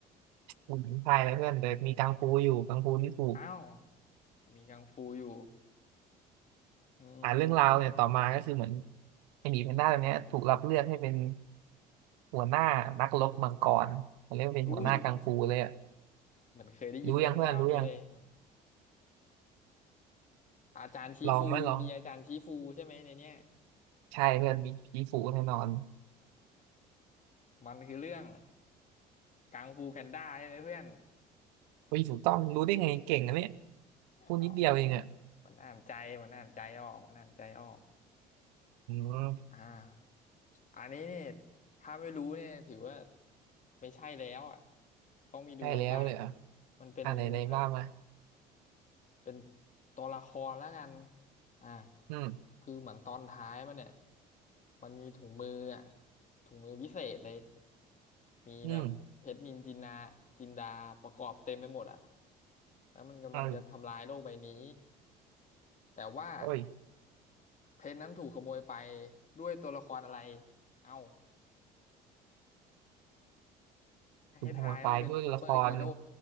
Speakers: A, on the right; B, on the left.
A: ผมชายนะเพื่อนแต่มีกังฟูอยู่กังฟูนี่ถูก
B: อ้าวมีกังฟูอยู่อื
A: อ่านเรื่องราวเนี่ยต่อมาก็คือเหมือน
B: ม
A: ไอ้หมีแพนด้าตัวเนี้ยถูกรับเลือกให้เป็นหัวหน้านักรบมังกรเขาเรียกว่าเป็นหัวหน้ากังฟูเลยอะ
B: อุ้ยเหมือนเคยได้ยินเรื่องราวนี้เลยเหมือน
A: รู้ยังเพื่อนรู้ยัง
B: อาจารย์ชี้ฟูมีอาจารย์ชี้ฟูใช่ไหมในเนี้ย
A: ลองไหมลองใช่เพื่อนมีผีฝูแน่นอน
B: มันคือเรื่องกังฟูแพนด้าใช่ไหมเพื่อน
A: ผีฝูต้องรู้ได้ไงเก่งอะเนี่ย
B: อ้าว
A: พูดนิดเดียวเองอะ
B: มันอ่านใจมันอ่านใจออกมันอ่านใจออก
A: อืม
B: อ่าอันนี้เนี่ยถ้าไม่รู้เนี่ยถือว่าไม่ใช่แล้วอ่ะต้องมีดูกันบ้าง
A: ใช่แล้วเลยเหรอ
B: มันเป็นแบบ
A: อ่านไหนไหนบ้างมา
B: เป็นตัวละครแล้วกันอ่า
A: อืม
B: คือเหมือนตอนท้ายมันเนี่ยมันมีถุงมืออ่ะถุงมือวิเศษเลยมีแบบเพชรนินจินดาจินดาประกอบเต็มไปหมดอ่ะ
A: อืม
B: แล้วมันกำลังจะทำลายโลกใบนี้
A: อ่า
B: แต่ว่า
A: โอ้ย
B: เพชรนั้นถูกขโมยไปด้วยตัวละครอะไรเอ้า
A: ถูกขโมยไปด้วยละคร
B: ให้ทายว่าเป็นซูเปอร์ฮีโร่